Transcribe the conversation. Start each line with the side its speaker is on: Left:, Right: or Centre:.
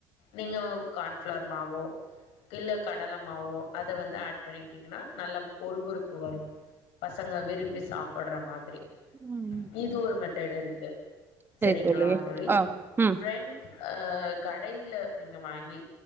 Left: நீங்க கான்ஃபிளார் மாவோ இல்ல கடலமாவோ அத வந்து ஆட் பண்ணிட்டீங்கன்னா நல்ல மொறு மொறுப்பு வரு பசங்க விரும்பி சாப்பிட்ற மாதிரி
Right: ம்.
Left: இது ஒரு மெத்தட் இருக்கு
Right: சரி
Left: சரிங்களா தோழி
Right: ஆ ம்
Left: ஃபிரண்ட் அஹ் கடைல நீங்க வாங்கி